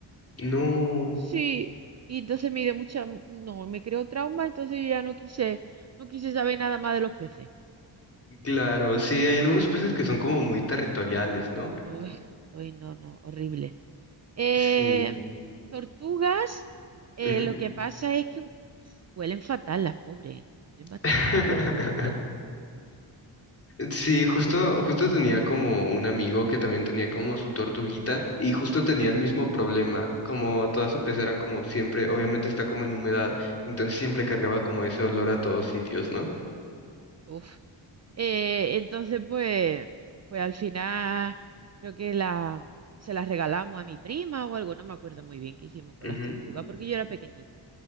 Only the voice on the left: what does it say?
No,
claro, sí, hay algunos peces que son como muy territoriales, ¿no?
Sí.
ujú.
<laughs>
Sí, justo, justo tenía como un amigo que también tenía como su tortuguita y justo tenía el mismo problema, como toda su pecera como siempre, obviamente está como en humedad, entonces siempre cargaba como ese olor a todos sitios, ¿no?
Ujú,